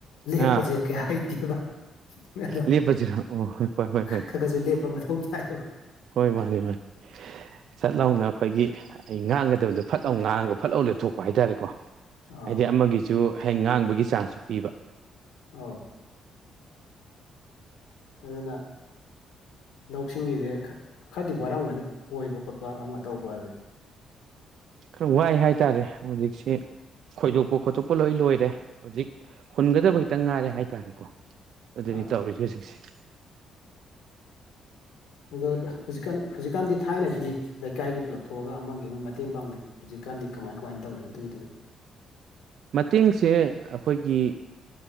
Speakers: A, on the left; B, on the right.
A: ꯂꯦꯞꯄꯁꯦ
B: ꯑꯥ
A: ꯀꯌꯥ ꯍꯩꯇꯦꯕ ꯑꯗꯣ
B: ꯂꯦꯞꯄꯁꯤꯔ ꯑꯣ ꯍꯣꯏ ꯍꯣꯏ ꯍꯣꯏ ꯍꯣꯏ
A: ꯈ ꯈꯁꯨꯞ ꯈꯨ ꯁꯥꯏ
B: ꯍꯣꯏ ꯃꯥꯅꯤ ꯃꯥꯅꯤ ꯆꯠ ꯂꯥꯎꯅ ꯑꯩꯈꯣꯏꯒꯤ ꯑꯩ ꯉꯥꯡꯒꯗꯕꯗꯣ ꯐꯠꯂꯥꯎ ꯉꯥꯡꯉꯒ ꯐꯠ ꯂꯥꯎ ꯂꯦꯞꯊꯣꯛꯄ ꯍꯥꯏꯇꯥꯔꯦꯀꯣ
A: ꯑꯥ
B: ꯍꯥꯏꯗꯤ ꯑꯃꯒꯤ ꯁꯨ ꯍꯦꯛ ꯉꯥꯡꯕꯒꯤ ꯆꯥꯟꯁꯁꯨ ꯄꯤꯕ
A: ꯑꯥꯎ ꯑꯗꯨꯅ ꯂꯧꯁꯤꯡꯒꯤꯁꯦ ꯈꯔꯗꯤ ꯋꯥꯔꯝꯒꯅꯤ ꯈꯣꯏꯕ ꯈꯣꯠꯄ ꯑꯃ ꯇꯧꯕ ꯑꯁꯦ
B: ꯈꯔ ꯋꯥꯏ ꯍꯥꯏꯇꯥꯔꯦ ꯍꯧꯖꯤꯛꯁꯤ ꯈꯣꯏꯗꯣꯛꯄ ꯈꯣꯠꯇꯣꯛꯄ ꯂꯣꯏ ꯂꯣꯏꯔꯦ ꯍꯧꯖꯤꯛ ꯍꯨꯟꯒꯗꯕ ꯈꯤꯇꯪ ꯉꯥꯏꯔꯦ ꯍꯥꯏꯇꯥꯔꯦꯀꯣ ꯑꯗꯨꯅꯤ
A: ꯑꯧ
B: ꯇꯧꯔꯤꯁꯦ ꯍꯧꯖꯤꯛꯁꯦ
A: ꯑꯗꯣ ꯍꯧꯖꯤꯛꯀꯥꯟ ꯍꯧꯖꯤꯛꯀꯥꯟꯗꯤ ꯊꯥꯏꯅꯗꯤ ꯂꯩꯀꯥꯏꯒꯤ ꯄꯨꯂꯞ ꯊꯣꯛꯑꯒ ꯑꯃꯒꯤ ꯑꯣꯏꯅ ꯃꯇꯦꯡ ꯄꯥꯡꯅꯩ ꯍꯧꯖꯤꯛꯀꯥꯟꯗꯤ ꯀꯃꯥꯏ ꯀꯃꯥꯏꯅ ꯇꯧꯔꯤ ꯑꯗꯨꯒꯤꯗꯨꯅ
B: ꯃꯇꯦꯡꯁꯦ ꯑꯩꯈꯣꯏꯒꯤ